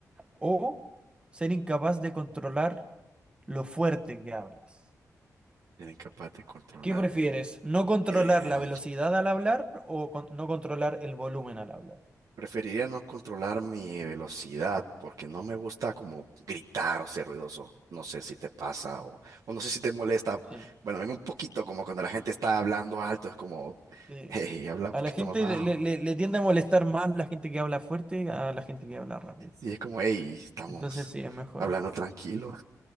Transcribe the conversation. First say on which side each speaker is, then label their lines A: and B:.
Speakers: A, on the right; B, on the right.
A: o ser incapaz de controlar lo fuerte que hablas?
B: Era incapaz de controlar.
A: ¿Qué prefieres? ¿No controlar
B: em,
A: la velocidad al hablar o con- no controlar el volumen al hablar?
B: Preferiría no controlar mi velocidad porque no me gusta como gritar o ser ruidoso. No sé si te pasa o,
A: Mm.
B: o no sé si te molesta.
A: Sí,
B: Bueno, a mí un poquito como cuando la gente está hablando alto, es como,
A: sí.
B: hey, habla un
A: A
B: poquito
A: la gente
B: más bajo.
A: le, le- le- le tiende a molestar más la gente que habla fuerte a la gente que habla rápido.
B: Y es como, hey, estamos
A: Entonces sí, es mejor.
B: hablando tranquilo.